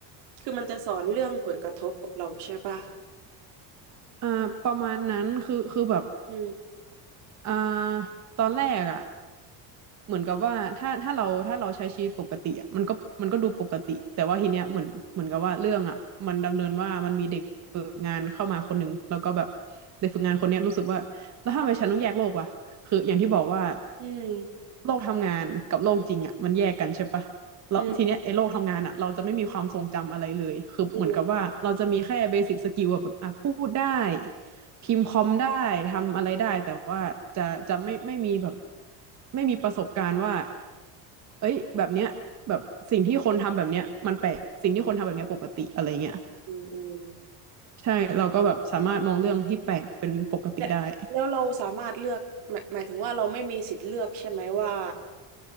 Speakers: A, on the right; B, on the right.
A: คือมันจะสอนเรื่องผลกระทบกับเราใช่ป่ะ
B: อ่าประมาณนั้นคือคือแบบ
A: อืม
B: อ่าตอนแรกอ่ะ เหมือนกับว่าถ้าถ้าเราถ้าเราใช้ชีวิตปกติอะมันก็มันก็ดูปกติแต่ว่าทีเนี้ยเหมือนเหมือนกับว่าเรื่องอ่ะมันดำเนินว่ามันมีเด็กฝึกงานเข้ามาคนหนึ่งแล้วก็แบบเด็กฝึกงานคนเนี้ยรู้สึกว่าแล้วทำไมฉันต้องแยกโลกวะคืออย่างที่บอกว่า
A: อืม
B: โลกทำงานกับโลกจริงอ่ะมันแยกกันใช่ปะแล้วทีเนี้ยไอ้โลกทำงานอ่ะเราจะไม่มีความทรงจำอะไรเลยคือเหมือนกับว่าเราจะมีแค่เบสิ
A: อืมอืม
B: c สกิลแบบอ่ะพูดได้ พิมพ์คอมได้ทำอะไรได้แต่ว่าจะจะไม่ไม่มีแบบไม่มีประสบการณ์ว่าเอ้ยแบบเนี้ยแบบสิ่งที่คนทำแบบเนี้ยมันแปลกสิ่งที่คนทำแบบเนี้ยปกติอะไรเงี้ย
A: อืมอืม
B: ใช่เราก็แบบสามารถมองเรื่องที่แปลกเป็นปกติได้
A: และแล้วเราสามารถเลือกหมายหมายถึงว่าเราไม่มีสิทธิ์เลือกใช่ไหมว่า